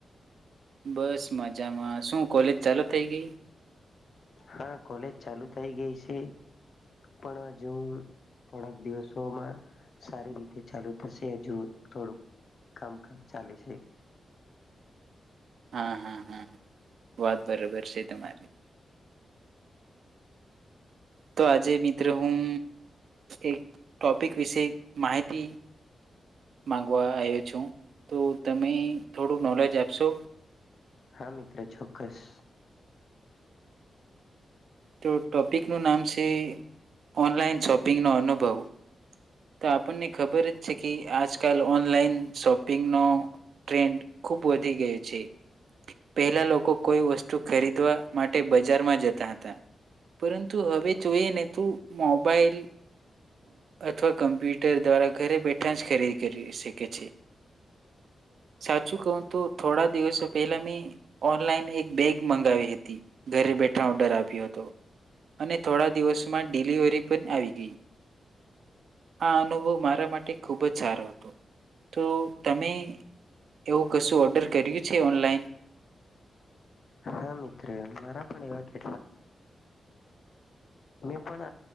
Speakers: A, on the right (about 75°); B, on the left (about 55°).
A: બસ મજામાં શું કોલેજ ચાલુ થઈ ગઈ.
B: હા કોલેજ ચાલુ થઈ ગઈ છે પણ હજુ થોડાક દિવસોમાં સારી રીતે ચાલુ થશે હજુ થોડુંક કામકાજ ચાલે છે.
A: હા હા હા વાત બરાબર છે તમારી તો આજે મિત્રો હું એક ટોપિક વિશે માહિતી માગવા આવ્યો છું તો તમે થોડું નોલેજ આપશો.
B: હા મિત્ર ચોક્કસ.
A: તો ટોપિકનું નામ છે ઓનલાઈન શોપિંગનો અનુભવ તો આપણને ખબર જ છે કે આજકાલ ઓનલાઈન શોપિંગનો ટ્રેન્ડ ખુબ વધી ગયો છે પહેલા લોકો કોઈ વસ્તુ ખરીદવા માટે બજ જતા હતા પરંતુ હવે જોઈને તો મોબાઈલ અથવા કમ્પ્યુટર દ્વારા ઘરે બેઠા જ ખરીદી કરી શકે છે સાચું કહું તો થોડા દિવસો પહેલા મેં ઓનલાઈન એક બેગ મંગાવી હતી ઘરે બેઠા ઓર્ડર આપ્યો હતો અને થોડા દિવસોમાં ડિલિવરી પણ આવી ગઈ. આ અનુભવ મારા માટે ખૂબ જ સારો હતો તો તમે એવું કશું ઓર્ડર કર્યું છે ઓનલાઈન.
B: ટલા અનુભવો છે મે પણ